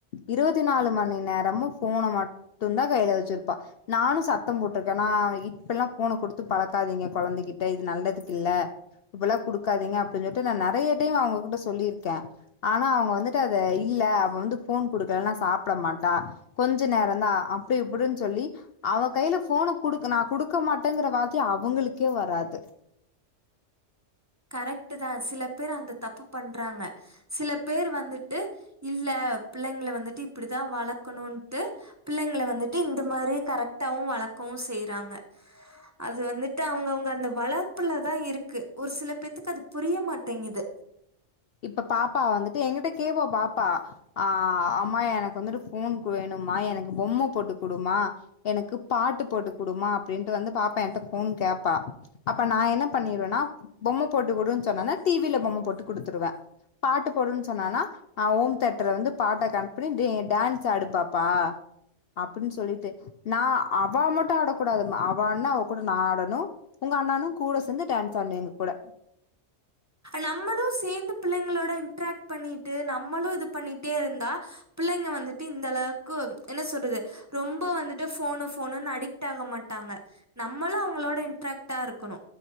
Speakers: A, on the left (about 60°); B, on the right (about 15°).
A: இருவத்தி நாலு மணி நேரமு ஃபோன மட்டுந்தா கைல வெச்சிருப்பா நானு சத்தம் போட்டிருக்கே நா இப்பில்லா ஃபோன கொடுத்து பழக்காதீங்க கொழந்தைகிட்ட இது நல்லதுக் இல்லா இப்பில்லா குடுக்காதீங்க அப்டின் சொல்ட்டு நா நெறைய டைம்மு அவுங்க கிட்ட சொல்லி க்கே ஆனா அவங்க வந்துட்டு அத இல்ல அவ வந்து போன் குடுக்கலன்னா சாப்பிட மாட்டா கொஞ்ச நேரந்தா அப்டி இப்டின்னு சொல்லி அவ கையில போன குடுக்க நா குடுக்க மாட்டேங்குற வார்க்கி அவங்களுக்கே வராது
B: கரெக்ட்டு தா சில பேர் அந்த தப்பு பண்றாங்க சில பேர் வந்துட்டு இல்ல பிள்ளைங்கள வந்துட்டு இப்டிதா வளக்கணுன்ட்டு பிள்ளைங்கள வந்துட்டு இந்த மாரி கரெக்டாவு வளக்கவு செய்றாங்க அது வந்துட்டு அவ்ங்கவுங்க அந்த வளர்ப்புலதா இருக்கு ஒரு சிலப் பேத்துக்கு அது புரிய மாட்டேங்குது
A: இப்ப பாப்பா வந்துட்டு எங்கிட்ட கேப்பா பாப்பா ஆ அம்மா எனக்கு வந்துட்டு ஃபோன் கு வேணும்மா எனக்கு பொம்ம போட்டு குடும்மா எனக்கு பாட்டு போட்டு குடுமா அப்டின்ட்டு வந்து பாப்பா என்ட ஃபோன் கேப்பா அப்ப நா என்ன பண்ணிருவேனா பொம்ம போட்டு குடுனு சொன்னோனா டி வி ல பொம்ம போட்டு குடுத்துருவே பாட்டு போடுன் சொன்னானா நா ஓம்தேட்டர்ல வந்து பாட்ட கனெக்ட் பண்ணி நீ டான்ஸ் ஆடுப் பாப்பா அப்டின் சொல்லிட்டு நா அவா மட்டு ஆடக்கூடாதும் அவ ஆட்னா அவ கூட நா ஆடணு உங்க அண்ணனு கூட சேந்து டான்ஸ் ஆட்னு எங்க கூட
B: நம்மளு சேந்து பிள்ளைங்களோட இன்ட்ராக்ட் பண்ணிட்டு நம்மளு இது பண்ணிட்டே இருந்தா பிள்ளைங்க வந்துட்டு இந்த அளவுக்கு என்ன சொல்றது ரொம்ப வந்துட்டு ஃபோனு ஃபோனுன்னு அடிக்ட் ஆக மாட்டாங்க நம்மளு அவ்ங்களோட இன்ட்ராக்டா இருக்கணு